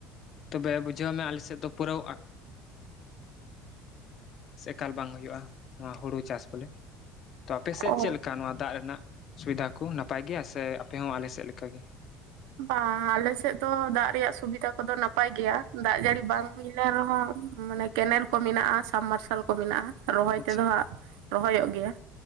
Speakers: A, on the left; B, on the right.
A: ᱛᱚᱵᱮ ᱵᱩᱡᱷᱟᱹᱣ ᱢᱮ ᱟᱞᱮ ᱥᱮᱫ ᱫᱚ ᱯᱩᱨᱟᱹᱣ ᱮᱠᱟᱞ ᱵᱟᱝ ᱦᱩᱭᱩᱜᱼᱟ ᱱᱚᱣᱟ ᱦᱩᱲᱩ ᱪᱟᱥ ᱵᱚᱞᱮ ᱛᱚ ᱟᱯᱮᱥᱮᱫ
B: ᱚ
A: ᱪᱮᱫ ᱞᱮᱠᱟ ᱱᱚᱣᱟ ᱫᱟᱜ ᱨᱮᱱᱟᱜ ᱥᱩᱵᱤᱫᱷᱟ ᱠᱚ ᱱᱟᱯᱟᱭ ᱜᱮᱭᱟ ᱥᱮ ᱟᱯᱮ ᱦᱚᱸ ᱟᱞᱮ ᱥᱮᱫ ᱞᱮᱠᱟᱜ ᱜᱮ
B: ᱵᱟᱝ ᱟᱞᱮ ᱥᱮᱫ ᱫᱚ ᱫᱟᱜ ᱨᱮᱭᱟᱜ ᱥᱩᱵᱤᱫᱷᱟ ᱠᱚᱫᱚ ᱱᱟᱯᱟᱭ ᱜᱮᱭᱟ ᱫᱟᱜ ᱡᱟᱹᱲᱤ ᱵᱟᱝ ᱦᱩᱭ ᱞᱮᱱ ᱨᱮᱦᱚᱸ ᱢᱟᱱᱮ ᱠᱮᱱᱮᱞ ᱠᱚ ᱢᱮᱱᱟᱜᱼᱟ ᱥᱟᱵᱢᱟᱨᱥᱟᱞ ᱠᱚ ᱢᱮᱱᱟᱜᱼᱟ ᱨᱚᱦᱚᱭ
A: ᱟᱪᱪᱷᱟ
B: ᱛᱮᱫᱚ ᱦᱟᱸᱜ ᱨᱚᱦᱚᱭᱚᱜ ᱜᱮᱭᱟ